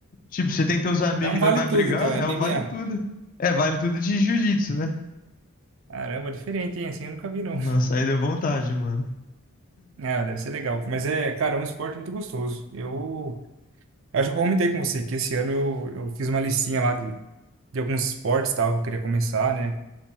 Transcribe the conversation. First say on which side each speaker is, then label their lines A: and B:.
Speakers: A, on the left; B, on the right.
A: Tipo, você tem teus amigos
B: É um vale
A: e não vai brigar,
B: tudo, então, é MMA.
A: é um vale tudo. É, vale tudo de jiu-jitsu, né?
B: Caramba, diferente, hein, assim, eu nunca vi, não.
A: Nossa, aí deu vontade, mano.
B: Ah, deve ser legal. Mas é, cara, é um esporte muito gostoso. Eu acho que eu comentei com você que esse ano eu, eu fiz uma listinha lá de, de alguns esportes, tal, que eu queria começar, né?